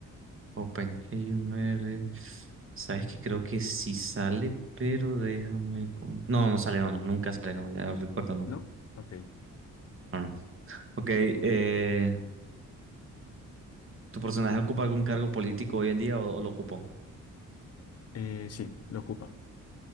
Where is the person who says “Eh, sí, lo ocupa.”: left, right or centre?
Left